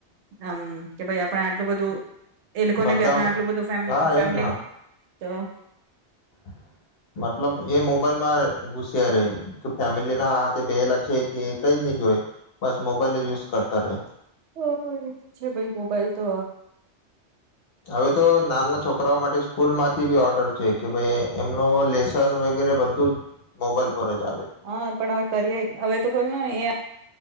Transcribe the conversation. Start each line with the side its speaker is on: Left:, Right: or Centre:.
Right: આમ કે ભાઈ આપણે આટલું બધું એ લોકોને
Left: બધા
Right: બી આપડ આટલું બધું ફેમ
Left: હા
Right: ફેમિલી
Left: એજ ના.
Right: તો.
Left: <inaudible> મતલબ એ મોબાઈલમાં ઘુસ્યા રે કે ફેમિલી ના હાથે બેહેલા છે કે એ કઈ જ નહી જોય. બસ મોબાઈલ યુઝ કરતા ત્યારે.
Right: હ, એ તો છે ભાઈ, મોબાઈલ તો
Left: હવે તો નાના ના છોકરાઓ માટે સ્કૂલમાંથી બી ઓર્ડર છે, કે ભાઈ એમનું લેસન વગેરે બધું જ મોબાઈલ પર જ આવે
Right: હા પણ હવે કરીએે, હવે તો બોલ ને <unintelligible> એમ